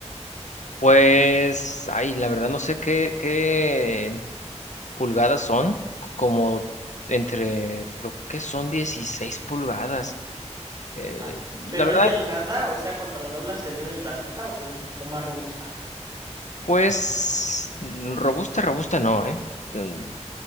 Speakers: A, on the left; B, on the right.
A: Pues, ay, la verdad no sé qué, qué pulgadas son, co- como entre, creo que son 16 pulgadas. Eh,
B: Ah. Pero
A: la verdad,
B: es delgada, o sea, cuando la dobla se ve delgadita o se ve un poco más robusta.
A: pues, mm, robusta, robusta no, ¿eh? Mm,